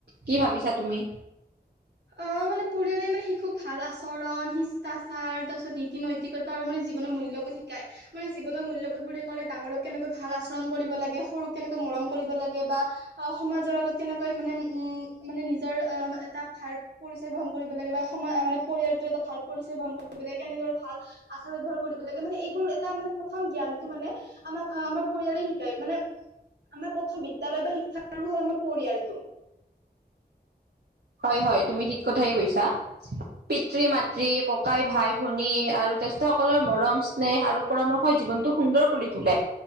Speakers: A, on the right (about 70°); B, on the right (about 80°).
A: কি ভাবিছা তুমি।
B: অ', মানে পৰিয়ালেই মানে শিশুক ভাল আছ চৰণ শিষ্টাচাৰ তাৰপিছত নীতি নৈতিকতা আৰু মানে জীৱনৰ মূল্যবোৰধ শিকাই, মানে জীৱনৰ মূল্যবোধ বুলি ক'লে ডাঙৰক কেনেকৈ ভাল আচৰম কৰিব লাগে, সৰুক কেনেকৈ মৰম কৰিব লাগে, বা অ, সমাজৰ আগত কেন কেনেকৈ মানে, উম, মানে নিজৰ এটা ভাৰ। পৰিচয় গ্ৰহণ কৰিব লাগে, বা সমা মানে পৰিয়ালটো এটা ভাল পৰিচয় গ্ৰহণ কৰিব লাগে। কেনেদৰে ভাল আচাৰ ব্যৱহাৰ। কৰিব লাগে মানে, এইবোৰ এটা মানে প্ৰথম জ্ঞানটো মানে, আমাক আমাৰ পৰিয়ালে শিকায় মানে। আমাৰ প্ৰথম বিদ্যালয় বা শিক্ষা গুৰু হ'ল আমাৰ পৰিয়ালটো।
A: হয়, হয়, তুমি ঠিক কথাই কৈছা। পিতৃ মাতৃ ককাই ভাই ভনী আৰু জেষ্ঠসকলৰ মৰম, স্নেহ আৰু পৰামৰ্শই জীৱনটো সুন্দৰ কৰি তোলে।